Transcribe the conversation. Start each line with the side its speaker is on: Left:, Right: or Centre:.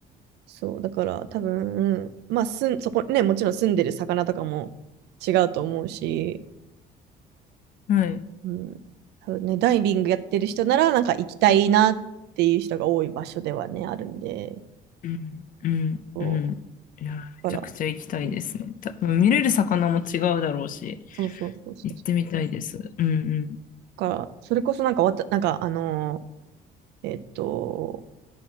Right: そう、だから多分、まあ、すん、そこね、もちろん住んでる魚とかも違うと思うし、
Left: はい。
Right: うん、多分ね、ダイビングやってる人なら、なんか行きたいなっていう人が多い場所ではね、あるんで、
Left: うん、うん、
Right: そう、
Left: うん。いや、めちゃくちゃ行きたいですね。
Right: だから、うん
Left: 多分見れる魚も違うだろうし、
Right: そうそうそうそう。
Left: 行ってみたいです。
Right: だ
Left: うん
Right: から、それこそなんかわた、なんか、あのー、えっと、